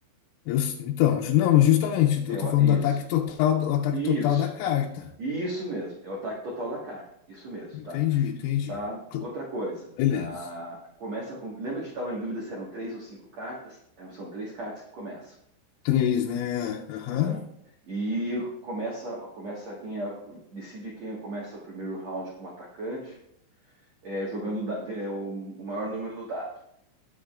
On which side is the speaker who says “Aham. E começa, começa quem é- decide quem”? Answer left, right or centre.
Right